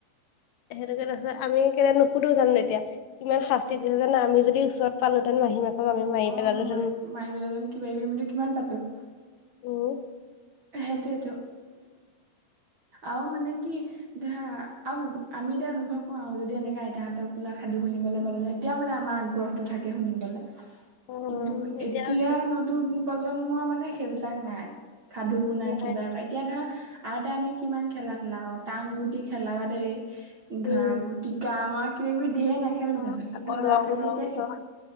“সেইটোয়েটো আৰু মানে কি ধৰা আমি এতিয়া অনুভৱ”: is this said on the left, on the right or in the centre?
Right